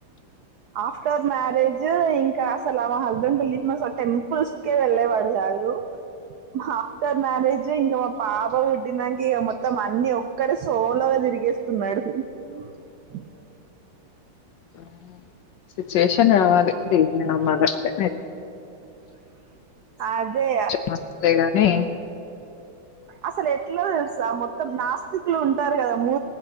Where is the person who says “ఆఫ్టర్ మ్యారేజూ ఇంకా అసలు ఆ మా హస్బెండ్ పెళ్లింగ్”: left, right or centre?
Right